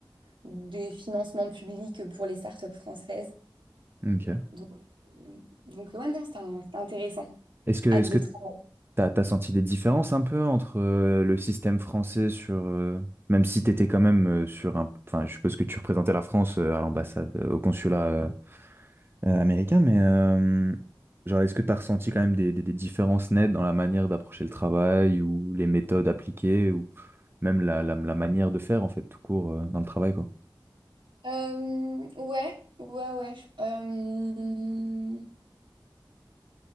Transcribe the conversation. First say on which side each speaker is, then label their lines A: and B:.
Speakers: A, on the right (about 75°); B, on the right (about 25°).
A: des financements publics pour les startups françaises.
B: OK.
A: Donc, euh, donc ouais, non, c'était un- c'était intéressant.
B: Est-ce que est-ce
A: Hâte de
B: que
A: travailler.
B: t'as, t'as senti des différences un peu entre euh, le système français sur euh, même si t'étais quand même euh, sur un enfin je suppose que tu représentais la France euh, à l'ambassade euh, au consulat euh, euh, américain mais euh, genre est-ce que t'as ressenti quand même des, des, des différences nettes dans la manière d'approcher le travail ou les méthodes appliquées ou même la, la, la manière de faire en fait tout court euh, dans le travail quoi.
A: Euh, ouais, ouais, ouais. Euh,